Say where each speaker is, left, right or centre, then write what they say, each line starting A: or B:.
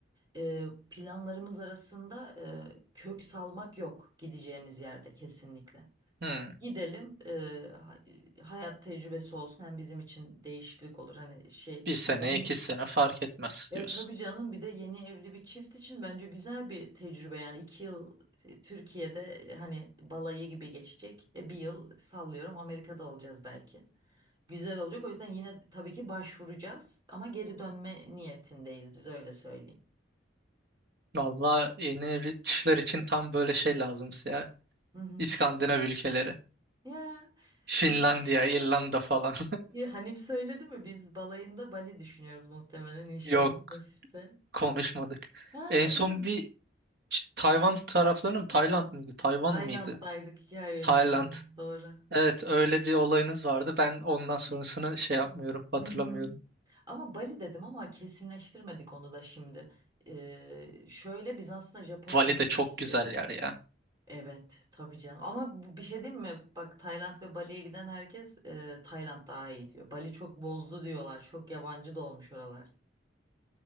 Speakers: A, on the right (about 20°); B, on the right (about 55°).
A: e, planlarımız arasında e, kök salmak yok gideceğimiz yerde kesinlikle.
B: Hı.
A: Gidelim e, ha- e, hayat tecrübesi olsun hem bizim için değişiklik olur hani şey.
B: Bir sene,
A: Bence
B: iki sene fark etmez
A: e,
B: diyorsun.
A: e, tabii canım bir de yeni evli bir çift için bence güzel bir tecrübe yani iki yıl e, Türkiye'de e, hani balayı gibi geçecek. E, bir yıl sallıyorum Amerika'da olacağız belki. Güzel olacak o yüzden yine tabii ki başvuracağız ama geri dönme niyetindeyiz biz öyle söyleyeyim.
B: Valla yeni evli çiftler için tam böyle şey lazım ya.
A: Hı hı.
B: İskandinav ülkeleri.
A: Ya
B: Finlandiya,
A: peki,
B: İrlanda falan.
A: e, Hanif söyledi mi biz balayında Bali düşünüyoruz muhtemelen
B: <laughs>
A: inşallah
B: Yok
A: nasipse.
B: Konuşmadık.
A: Ha
B: En son
A: öyle mi?
B: bir işte Tayvan taraflarına mı? Tayland mıydı? Tayvan
A: Tayland'daydık
B: mıydı?
A: iki ay önce.
B: Tayland.
A: Doğru.
B: Evet öyle bir olayınız vardı. Ben ondan sonrasını şey yapmıyorum. Hatırlamıyorum.
A: Hı hı. Ama Bali dedim ama kesinleştirmedik onu da şimdi. Ee, şöyle biz aslında Japonya'ya
B: Bali
A: gitmek
B: de çok
A: istiyorduk.
B: güzel yer ya.
A: Evet tabii canım. Ama bu- bir şey diyeyim mi? Bak Tayland ve Bali'ye giden herkes e, Tayland daha iyi diyor. Bali çok bozdu diyorlar. Çok yabancı da olmuş oralar.